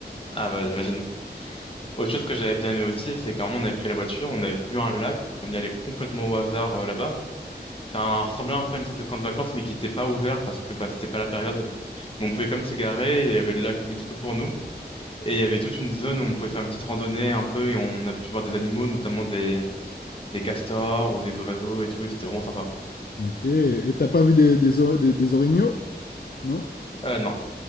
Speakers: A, on the left; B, on the left.
A: Ah, bah, j'imagine. Autre chose que j'avais bien aimé aussi, c'est qu'à un moment, on avait pris la voiture, on a vu un lac, on y allait complètement au hasard euh, là-bas. Ça ressemblait un peu à une sorte de camp de vacances, mais qui n'était pas ouvert parce que bah, c'était pas la période. Mais on pouvait comme se garer, et il y avait le lac limite que pour nous. Et il y avait toute une zone où on pouvait faire une petite randonnée un peu et on a pu voir des animaux, notamment des, des castors ou des oiseaux et tout, et c'était vraiment sympa.
B: Ok. Et t'as pas vu des, des, or- des, des orignaux? Non?
A: Euh, non.